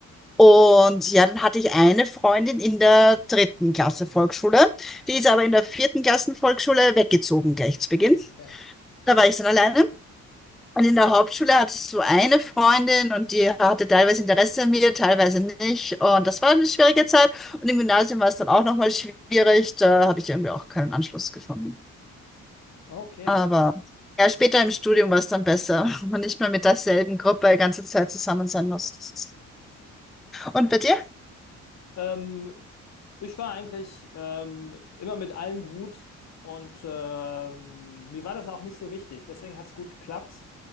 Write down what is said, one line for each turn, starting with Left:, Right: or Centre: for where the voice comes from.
Centre: Und ja, dann hatte ich eine Freundin in der dritten Klasse Volksschule. Die ist aber in der vierten Klassen Volksschule weggezogen gleich zu Beginn.
Left: mm, okay.
Centre: Da war ich dann alleine. Und in der Hauptschule hattest du eine Freundin und die hatte teilweise Interesse an mir, teilweise nicht. Und das war eine schwierige Zeit. Und im Gymnasium war es dann auch nochmal schwierig. Da habe ich irgendwie auch keinen Anschluss gefunden.
Left: Okay.
Centre: Aber ja, später im Studium war es dann besser, <laughs> wenn man nicht mehr mit derselben Gruppe die ganze Zeit zusammen sein muss. Das ist- Und bei dir?
Left: Ähm, ich war eigentlich ähm, immer mit allen gut und ähm, mir war das auch nicht so wichtig. Deswegen hat es gut geklappt.